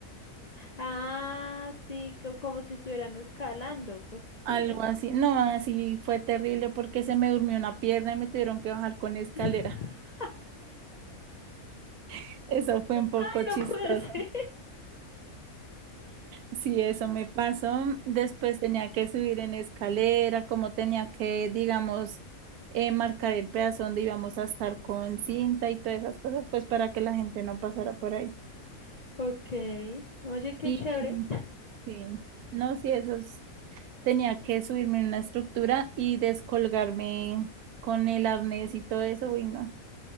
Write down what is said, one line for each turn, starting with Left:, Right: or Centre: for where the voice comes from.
Left: Ah, sí, co- como si estuvieran escalando. Pues sí,
Right: Algo
Left: ¿no?
Right: así. No, así fue terrible porque se me durmió una pierna y me tuvieron que bajar con escalera.
Left: <laughs>
Right: <laughs> Eso fue un poco
Left: Ay,
Right: chistoso.
Left: no puede ser.
Right: Sí, eso me pasó. Después tenía que subir en escalera, como tenía que, digamos, eh, marcar el pedazo donde íbamos a estar con cinta y todas esas cosas, pues para que la gente no pasara por ahí.
Left: <laughs> Ok. Oye, qué
Right: Y
Left: chévere.
Right: sí, no, sí, eso es- tenía que subirme en una estructura y descolgarme con el arnés y todo eso, uy, no,